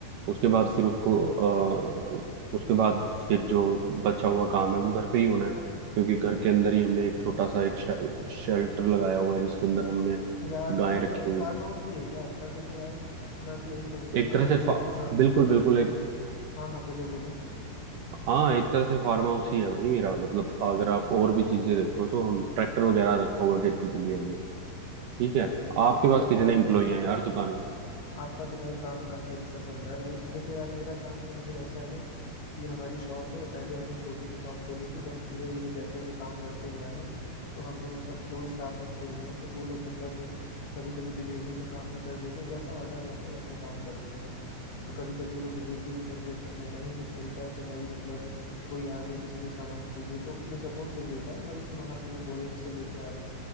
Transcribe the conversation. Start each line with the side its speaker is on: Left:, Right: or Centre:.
Right: उसके बाद फिर उसको अ, उसके बाद फिर जो बचा हुआ काम है वो घर पे ही होना है क्योंकि घर के अंदर ही हमने एक छोटा सा एक शेल्टर लगाया हुआ है जिसके अंदर हमने
Left: यार
Right: गायें
Left: तो मतलब
Right: रखी हुई
Left: फार्म
Right: हैं
Left: हाउस भी है क्या आपका देखो यार मैं तो यही कहूंगा
Right: एक
Left: ना
Right: तरह से
Left: आप
Right: फा-
Left: जो भी काम
Right: बिल्कुल
Left: करो
Right: बिल्कुल
Left: लेकिन
Right: एक
Left: हाँ हाँ बोलो बोलो
Right: हाँ एक तरह से फार्म हाउस ही है भाई मेरा मतलब अगर आप और भी चीजें देखो तो हम ट्रैक्टर वगैरह रखा हुआ है खेती के लिए हमने ठीक है
Left: ओ भाई
Right: आपके
Left: मतलब
Right: पास कितने
Left: यार
Right: एम्प्लॉई हैं यार दुकान में
Left: आपका तो भाई काम काफी अच्छा चल रहा है भाई देखो यार मेरा काम तो मतलब ऐसा है ना कि हमारी शॉप है पहले हमने छोटी सी शॉप खोली थी बट धीरे धीरे जैसे जैसे काम बढ़ते गया ना तो हमने मतलब दो स्टाफ रखे हुए हैं तो वो लोग मतलब कभी कभी डिलीवरी का काम भी कर देते हैं जैसा ऑर्डर रहता है वैसा काम करते हैं तो कभी कभी वो लोग डिलीवरी भी कर देते हैं नहीं कुछ मिलता है तो भाई मतलब कोई आ गया किसी को सामान चाहिए तो उसमें सपोर्ट चाहिए होता है ना भाई कि वहां से वो बोरे में से लेके आ जाए